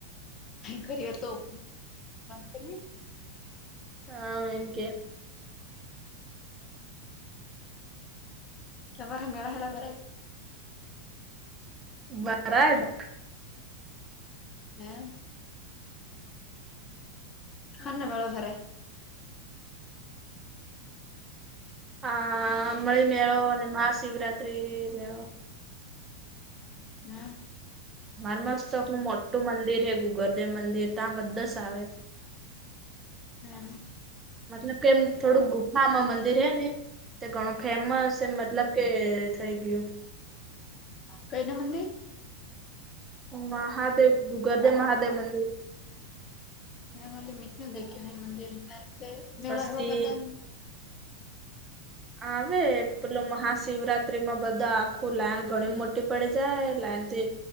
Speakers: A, on the left; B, on the right.
A: ખરી વા તોપ બ ને
B: હા હમ કેે
A: હ તમારે મેળ હેલા ભ
B: બરા <unintelligible>
A: હમ <inaudible>
B: હ
A: હા ના મેળો ભરા
B: હા મણી મેળો અને મહાશિવરાત્રી મેળો
A: હમ
B: મારે મસ્ત આપણું મોટું મંદિર હ ગુગરદેવ મંદિર ત્યાં બધા જ આવે
A: હમ
B: મતલબ કેમ થોડુંક ગુફામાં મંદિર હે ને તે ઘણું ફેમસ એમ મતલબ કે થઇ ગયું
A: કઈ ના મંદિર
B: મહાદેવ ગુગર્દેવ મહાદેવ મંદિર
A: હ મિત દેખ્યું હોય મંદિર હે તે મેળા
B: પછી
A: હવા બધા
B: આવે પેલું મહાશિવરાત્રીમાં બધા આખું લાન ઘણી મોટી ટી પડી જાય લ એનથી